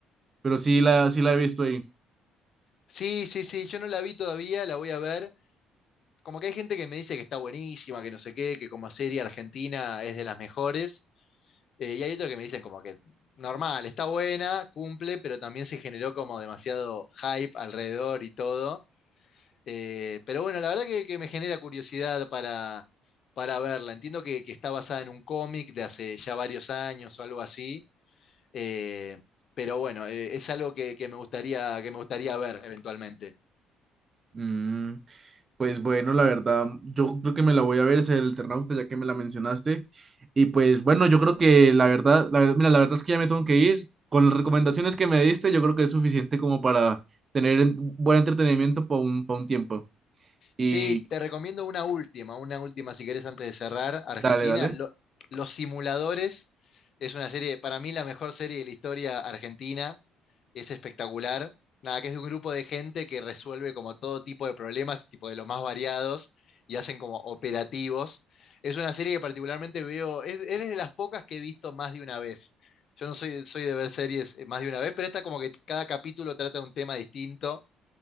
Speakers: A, on the right; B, on the left.
A: pero sí la, sí la he visto ahí.
B: Sí, sí, sí, yo no la vi todavía, la voy a ver. Como que hay gente que me dice que está buenísima, que no sé qué, que como serie argentina es de las mejores, eh, y hay otros que me dicen como que normal, está buena, cumple, pero también se generó como demasiado hype alrededor y todo. Eh, pero bueno, la verdad que, que me genera curiosidad para, para verla. Entiendo que, que está basada en un cómic de hace ya varios años o algo así. eh, pero bueno, eh, es algo que, que me gustaría, que me gustaría ver eventualmente.
A: Mm. Pues bueno, la verdad, yo creo que me la voy a ver, es el Eternauta, ya que me la mencionaste. Y pues bueno, yo creo que la verdad, la ver- mira, la verdad es que ya me tengo que ir. Con las recomendaciones que me diste, yo creo que es suficiente como para tener en- buen entretenimiento por un, pa' un tiempo. Y
B: Sí, te recomiendo una última, una última si querés antes de cerrar. Argentina,
A: dale, dale.
B: Lo- Los Simuladores es una serie, para mí la mejor serie de la historia argentina. es espectacular. Nada, que es de un grupo de gente que resuelve como todo tipo de problemas, tipo de los más variados, y hacen como operativos. Es una serie que particularmente veo, es, es de las pocas que he visto más de una vez. Yo no soy, soy de ver series eh, más de una vez, pero esta como que cada capítulo trata de un tema distinto